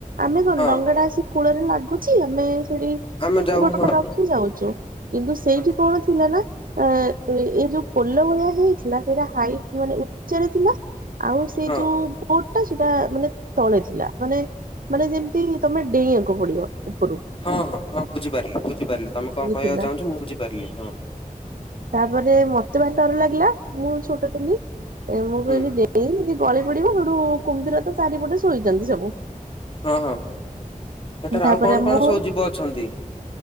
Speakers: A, on the right (about 75°); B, on the left (about 40°).
A: ଆମେ କଣ
B: ହଁ
A: ଡଙ୍ଗା ଟା ଆସି କୂଳରେ ଲାଗୁଛି, ଆମେ ସେଠି
B: ଆମେ ଯାଉ
A: ଗୋଡ଼ଟା
B: ହଁ
A: ରଖି ଯାଉଛୁ। କିନ୍ତୁ ସେଇଠି
B: ହଁ
A: କଣ ଥିଲା ନା ଅ, ଏଇ ଯୋଉ ପୋଲ ଭଳିଆ ହେଇଥିଲା, ସେଇଟା ହାଇଟ୍ ଭଳି ଉଚ୍ଚରେ ଥିଲା। ଆଉ ସେ
B: ହଁ
A: ଯୋଉ ବୋଟ୍ ଟା ସେଟା ମାନେ ତଳେ ଥିଲା, ମାନେ ମାନେ ଯେମିତି ତମେ ଡେଇଁବାକୁ ପଡିବ ଉପରକୁ।
B: ହଁ ହଁ ହଁ, ବୁଝିପାରିଲି, ବୁଝିପାରିଲି, ତମେ କଣ କହିବାକୁ
A: ଥିଲା
B: ଚାହୁଁଛ, ମୁଁ ବୁଝିପାରିଲି, ହଁ।
A: ତାପରେ ମତେ ଭାରି ଡର ଲାଗିଲା, ମୁଁ ଛୋଟ ଥିଲି। ମୁଁ
B: ହୁଁ
A: କହିଲି, ଡେଇଁବି ଯଦି ଗଳି ପଡିବ, ସେଠୁ କୁମ୍ଭିର ତ ଚାରିପଟେ ଶୋଇଛନ୍ତି ସବୁ।
B: ହଁ, ହଁ, ସେଠାରେ
A: ତାପରେ
B: ଆଉ କଣ କଣ
A: ମୁଁ
B: ସବୁ ଜୀବ ଅଛନ୍ତି?